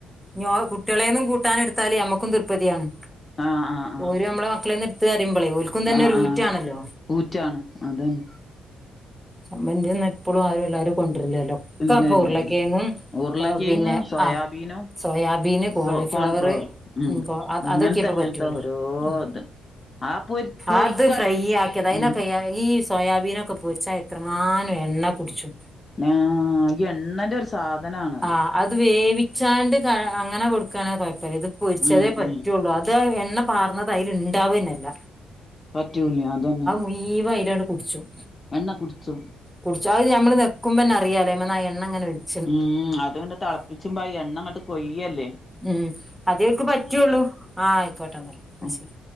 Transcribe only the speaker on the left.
ആഹ് ആ..
ആഹ് ആഹ്
ഊറ്റാണ് അതന്നെ.
ഇല്ല ഇല്ല
ഇല്ല ഉരുളക്കിഴങ്ങും
സോയാബീനും
സോ കോൺഫ്ലവറും ഉം
ഇങ്ങനത്തെ
ഇങ്ങനത്തെ
ഓരോ
ഇത് ആ പൊരി പൊരിക്കടി
ഉം
ആ.. ഇ എണ്ണന്റൊരു സാധനാണ്
ഉം
ഉം
പറ്റൂല്ലതന്നെ
എണ്ണെ കുടിച്ചും
ഉം.. അത്ങ്ങട് തെളപ്പിച്ച്മ്പാ എണ്ണങ്ങട് കൊയ്യ ല്ലേ
ഉം